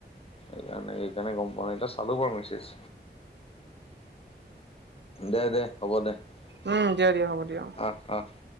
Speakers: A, on the left; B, on the right.
A: সেইকাৰণে, সেইকাৰণে গম পাওঁ, এটা চালোঁ বাৰু মেছেজ। দে, দে, হ'ব দে,
B: উম দিয়া
A: আহ,
B: দিয়া হ'ব দিয়া অ'।
A: আহ,